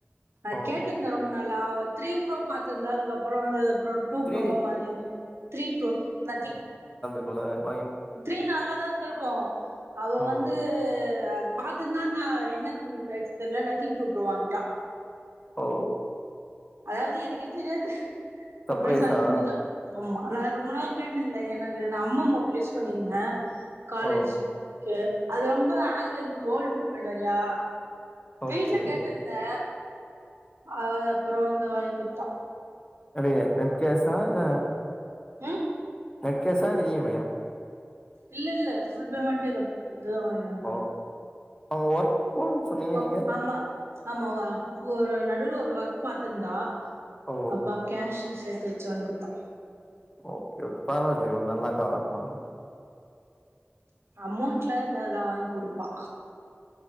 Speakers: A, on the right; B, on the left.
A: நா
B: ஓ
A: கேட்டுந்த ரொம்ப நல்லா அவோ த்ரீ ப்ரோ பாத்திருந்தா அதுக்கப்புறோ வந்து அப்றோ டூ
B: த்ரீ
A: ப்ரோ மாரிந்து த்ரீ ப்ரோ நத்திங்
B: உள்ல
A: த்ரீ நல்லாதா இருந்திருக்கோ <unintelligible> அவ
B: ஆமா
A: வந்து பாத்துன்தா இருந்தா என்னா ஆச்சினு தெர்ல நத்திங் டூ ப்ரோ வாங்கிட்டா
B: ஓ
A: அதாவது எனக்கே தெரியாது சர்ப்ரைஸ்ஸா
B: சர்ப்ரைஸா
A: வாங்கி குடுத்துட்ட ஆமா ஆனா ரொம்ப நாள் கேட்டுந்தே எனக்கு நா அம்மா மொபைல் யூஸ் பண்ணிந்தே காலேஜி
B: ஓ
A: கே அது ரொம்ப ஹேங் ஆயிந்தது ஓல்டு மொபைல் வேறியா வீட்ல
B: ஓகே
A: கேட்டுந்தே ஆ தப் அப்றோ வந்து வாங்கி குத்தா
B: பே ஆங் கேஸா இல்லே
A: ம்
B: நெட் கேஷா இல்ல ஈ எம் ஐ ஆ
A: இல்லல்ல ஃபுல் பேமெண்ட்டேதா போதா வாங்கிட்டு வந்தா
B: ஓ அவங்க ஒர்க் போனு சொன்னீங்க
A: ஒ
B: நீங்க
A: ஆமா ஆமாவா ஒரு நடுல ஒரு ஒர்க் பாத்துர்ந்தா
B: ஓ
A: அப்பா கேஷுஸ் சேத்து வச்சி வாங் குத்தா
B: ஓகே ஓ பர்வால்லையே ஒரு நல்லக்காவா இருப்பாங்
A: அமௌண்ட்லேததா வாங்க்குடுப்பா